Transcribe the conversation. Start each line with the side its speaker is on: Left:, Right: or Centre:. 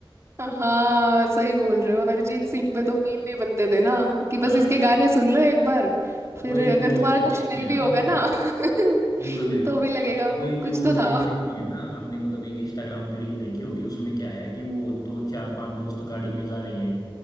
Right: हाँ सही बोल रहे हो अरिजीत सिंह पे तो मीम भी बनते थे ना कि बस
Left: हाँ,
Right: इसके गाने सुन लो एक बार
Left: वो
Right: फिर
Left: एक
Right: अगर
Left: वो
Right: तुम्हारा कुछ
Left: देखी
Right: नहीं
Left: है ना
Right: भी
Left: मतलब
Right: होगा ना <laughs>
Left: बिल्कुल
Right: तो भी लगेगा
Left: वो एक
Right: कुछ
Left: वो
Right: तो था
Left: रील देखी है ना आपने मतलब एक इंस्टाग्राम पे रील देखी होगी उसमें क्या है कि वो दो चार पांच दोस्त गाड़ी में जा रहे हैं